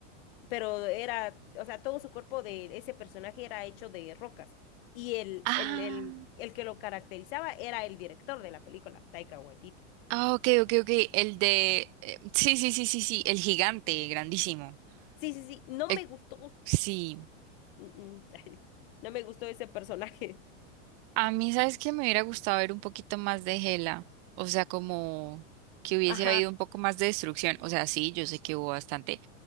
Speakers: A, on the left; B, on the right.
A: pero era, o sea, todo su cuerpo de ese personaje era hecho de rocas. Y el,
B: Ah,
A: el, el, el que lo caracterizaba era el director de la película, Taika Waititi.
B: ah, ok, ok, ok. El de... eh, Sí, sí, sí, sí, sí. El gigante, grandísimo.
A: Sí, sí, sí, no
B: El-
A: me gustó,
B: Sí.
A: mm, mm, <laughs> no me gustó ese personaje.
B: A mí, ¿sabes que Me hubiera gustado ver un poquito más de Hela, o sea, como que hubiese
A: Ajá,
B: habido un poco más de destrucción, o sea, sí, yo sé que hubo bastante,